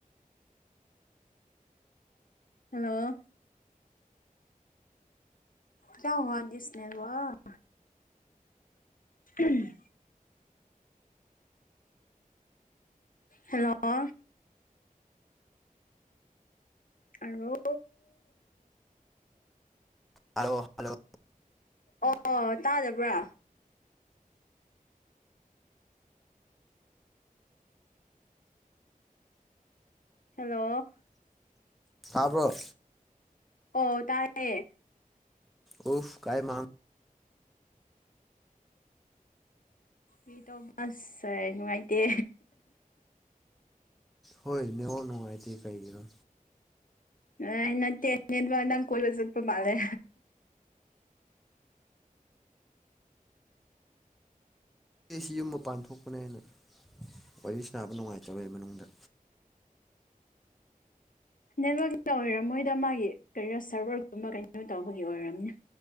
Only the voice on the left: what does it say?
ꯍꯜꯂꯣ ꯀꯌꯥ ꯍꯨꯋꯥ ꯗꯤꯁ ꯅꯦꯋꯥꯛ ꯎꯝ ꯍꯜꯂꯣ ꯍꯂꯣ
ꯑꯣ ꯇꯥꯗꯕ꯭ꯔꯥ ꯍꯜꯂꯣ
ꯑꯣ ꯇꯥꯥꯏꯌꯦ
ꯃꯤꯗꯣ ꯑꯁ ꯅꯨꯡꯉꯥꯏꯇꯦ
ꯑꯩꯅ ꯇꯅꯦ ꯅ ꯀ ꯆꯠꯄ ꯃꯥꯜꯂꯦ
ꯅꯦꯠꯋꯔꯛꯀꯤꯗ ꯑꯣꯏꯔꯝꯃꯣꯏꯗ ꯃꯥꯒꯤ ꯀꯔꯤꯔꯣ ꯁꯔꯚꯔꯒꯨꯝꯕ ꯀꯩꯅꯣ ꯇꯧꯕꯒꯤ ꯑꯣꯏꯔꯝꯅꯦ